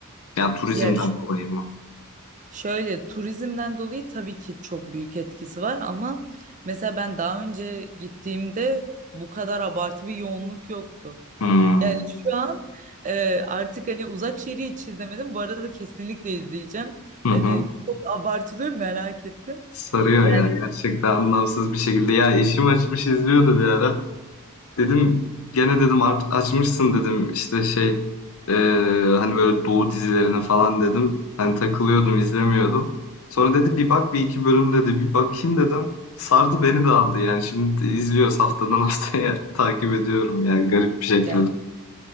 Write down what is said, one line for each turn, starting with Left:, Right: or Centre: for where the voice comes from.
Left: Yani turizmden
Right: Ya ş-
Left: dolayı mı?
Right: şöyle turizmden dolayı tabii ki çok büyük etkisi var ama mesela ben daha önce gittiğimde bu kadar abartı bir yoğunluk yoktu.
Left: Hmm.
Right: Yani şu an e, artık hani Uzak Şehir'i hiç izlemedim. Bu arada kesinlikle izleyeceğim.
Left: Hı
Right: Hani
Left: hı.
Right: çok abartılıyor mu merak ettim.
Left: Sarıyor
Right: Yani
Left: ya gerçekten anlamsız bir şekilde. Ya eşim açmış izliyordu bir ara. Dedim gene dedim art- açmışsın dedim işte şey eee, hani böyle Doğu dizilerini falan dedim. Hani takılıyordum izlemiyordum. Sonra dedi bir bak bir iki bölüm dedi bir bakayım dedim. Sardı beni de aldı yani şimdi de izliyoruz haftadan haftaya <laughs> takip ediyorum yani garip bir şekilde.
Right: ya,